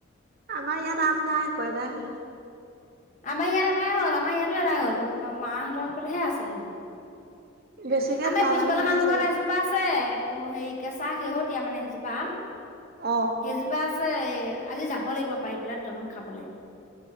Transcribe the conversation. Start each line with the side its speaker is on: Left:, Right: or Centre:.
Right: আমাৰ ইয়াত আম নাই, এদাই হল।
Left: আমাৰ ইয়াত এদাই হ'ল। আমাৰ ইয়াতো এদাই হল। মাহঁতৰ সেইফিলেহে আছে হেনো।
Right: বেছিকে
Left: আমাৰ
Right: খোৱা
Left: পিছফালে
Right: নাই
Left: মানুহ
Right: চাগে
Left: ঘৰত এজোপা আছে হেৰি কেঁচা শেহতীয়া মানে সেইজোপা আম।
Right: অ
Left: সেইজোপা আছে এই আজি যাব লাগিব পাৰি পেলাই দুটামান খাবলৈ-